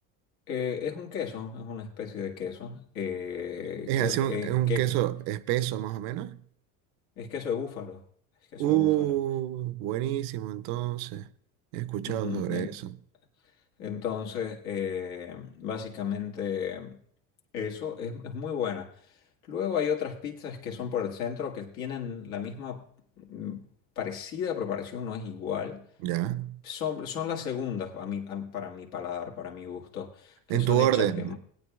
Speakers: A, on the left; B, on the right.
A: eh, es un queso, es una especie de queso, eh,
B: Es
A: que,
B: así un,
A: es,
B: es un
A: que
B: queso espeso más o menos.
A: es queso de búfalo, es queso
B: Uh,
A: de búfalo.
B: buenísimo, entonces. He escuchado
A: Ujú,
B: sobre
A: en-
B: eso.
A: Entonces, eh, básicamente eso es, es muy buena. Luego hay otras pizzas que son por el centro que tienen la misma mm, parecida preparación, no es igual.
B: ¿Ya?
A: Son, son las segundas a mi- a- para mi paladar, para mi gusto, que
B: En
A: son
B: tu orden.
A: hechas de,